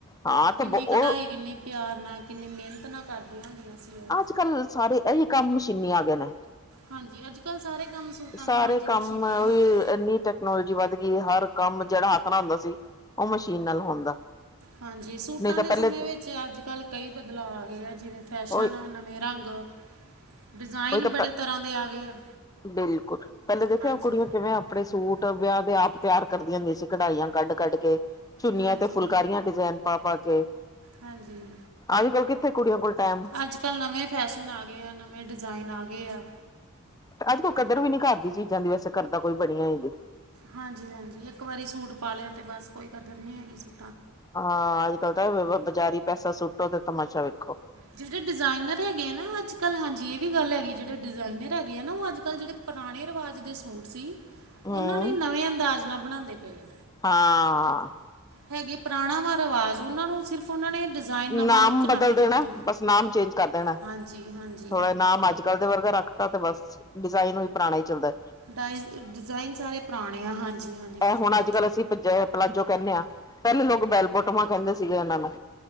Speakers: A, on the left; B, on the right.
A: ਹਾਂ ਤੇ
B: ਕਿਨੀ
A: ਉਹ
B: ਕਢਾਈ ਕਿਨੀ ਪਿਆਰ ਨਾਲ ਕਿਨੀ ਮਿਹਨਤ ਨਾ ਕਰਦੀਆਂ ਹੁੰਦੀਆਂ ਸੀ ਉਹ
A: ਅਜ ਕਲ ਸਾਰੇ ਇਹੀ ਕਮ ਮਸ਼ੀਨੀ ਆ ਗਏ ਨੇ
B: ਹਾਂਜੀ ਅੱਜ ਕਲ ਸਾਰੇ ਕੰਮ ਸੂਟਾਂ
A: ਸਾਰੇ
B: ਦੇ ਹਾਂਜੀ
A: ਕੰਮ
B: ਮਸ਼ੀਨੀ ਹੋ
A: ਹੀ
B: ਗਏ ਆ
A: ਇਨੀ ਟੈਕਨੋਲੋਜੀ ਵੱਧ ਗਈ ਹਰ ਕੰਮ ਜਿਹੜਾ ਹੁੰਦਾ ਸੀ ਉਹ ਮਸ਼ੀਨ ਨਾਲ ਹੁੰਦਾ
B: ਹਾਂਜੀ ਸੂਟਾ
A: ਨਹੀਂ ਤਾਂ
B: ਦੇ
A: ਪਹਿਲੇ
B: ਸਮੇ ਵਿਚ ਅਜ ਕਲ ਕਈ ਬਦਲਾਅ ਆ ਗਏ ਆ ਜਿਵੇ ਫੈਸ਼ਨ
A: ਉਹੀ
B: ਨਵੇ ਰੰਗ- ਡਿਜ਼ਾਇਨ
A: ਉਹੀ ਤਾਂ
B: ਬੜੇ ਤਰ੍ਹਾਂ ਦੇ ਆ ਗਏ ਆ
A: ਬਿਲਕੁਲ ਪਹਿਲੇ ਦੇਖਿਆ
B: ਹਾਂਜੀ
A: ਕੁੜੀਆਂ ਕਿਵੇ ਆਪਣੇ ਸੂਟ ਵਿਆਹ ਦੇ ਆਪ ਤਿਆਰ ਕਰਦੀਆਂ ਹੁੰਦੀ ਸੀ ਕਢਾਈਆਂ ਕੱਢ- ਕੱਢ ਕੇ ਚੁੰਨੀਆਂ
B: ਹਾਂਜੀ
A: ਤੇ ਫੁਲਕਾਰੀਆਂ ਡਿਜਾਇਨ ਪਾ- ਪਾ ਕੇ
B: ਹਾਂਜੀ-
A: ਅੱਜ ਕੱਲ੍ਹ ਕਿੱਥੇ ਕੁੜੀਆਂ ਕੋਲ- ਟਾਈਮ
B: ਅਜ ਕਲ ਨਵੇ ਫੈਸ਼ਨ ਆ ਗਏ ਆ ਨਵੇ ਡਿਜ਼ਾਇਨ ਆ ਗਏ ਆ
A: ਅਜ ਕਲ ਕਦਰਰ ਵੀ ਨਹੀ ਕਰਦੀ ਚੀਜ਼ਾਂ ਦੀ ਵੈਸੇ ਕਰਦਾ ਕੋਈ ਬਣੇਹੋ ਦੀ
B: ਹਾਂਜੀ- ਹਾਂਜੀ ਇਕ ਵਾਰੀ ਸੂਟ ਪਾ ਲਿਆ ਤੇ ਬਸ ਕੋਈ ਕਦਰ ਨਹੀ ਹੈਗੀ ਸੀ
A: ਹਾਂ ਅੱਜ ਕੱਲ ਤਾਂ ਬਜ਼ਾਰੀ ਪੈਸਾ ਸੁਟੋ ਤੇ ਤਮਾਸ਼ਾ ਵੇਖੋ
B: ਜਿਹੜੇ ਡਿਜ਼ਾਇਨਰ ਹੈਗੇ ਆ ਨਾ ਅਜ ਕਲ ਹਾਂਜੀ ਇਹ ਵੀ ਗੱਲ ਹੈਗੀ ਜਿਹੜੇ ਡਿਜ਼ਾਇਨਰ ਹੈਗੇ ਆ ਨਾ ਉਹ ਅਜ ਕਲ ਜਿਹੜੇ ਪੁਰਾਣੇ ਰਿਵਾਜ਼ ਦੇ ਸੂਟ ਸੀ
A: ਹਮ
B: ਉਹਨਾ ਨੂੰ ਹੀ ਨਵੇਂ ਅੰਦਾਜ਼ ਨਾਲ ਬਣਾਉਂਦੇ ਪਏ ਆ
A: ਹਾਂ
B: ਹੈਗੇ ਪੁਰਾਣਾ ਵਾ ਰਿਵਾਜ਼ ਉਹਨਾਂ ਨੂੰ ਸਿਰਫ ਉਹਨਾ ਨੇ ਡਿਜ਼ਾਇਨ
A: ਨਾਮ
B: ਨਵਾਂ ਲੁੱਕ
A: ਬਦਲ
B: ਨਵੀਂ
A: ਦੇਣਾ
B: ਦਿੱਤੀ।
A: ਬਸ ਨਾਮ ਚੇਂਜ ਕਰ ਦੇਣਾ
B: ਹਾਂਜੀ ਹਾਂਜੀ
A: ਥੋੜਾ ਨਾਮ ਅਜ ਕਲ ਦੇ ਵਰਗਾ ਰਖ ਤੇ ਬਸ ਡਿਜ਼ਾਇਨ ਵੀ ਪੁਰਾਣਾ ਹੀ ਚਲਦਾ
B: ਡਿਜ਼ਾਇਨ ਸਾਰੇ ਪੁਰਾਣੇ ਆ ਹਾਂਜੀ- ਹਾਂਜੀ
A: ਇਹ
B: ਬਿਲਕੁਲ
A: ਹੁਣ ਅੱਜ ਕੱਲ ਅਸੀਂ ਪਜ ਪਲਾਜੋ ਕਹਿਦੇ ਆ ਪਹਿਲੇ ਲੋਕ ਬੈਲ ਬੋਟਮਾਂ ਕਹਿਦੇ ਸੀਗੇ ਇਹਨਾ ਨੂੰ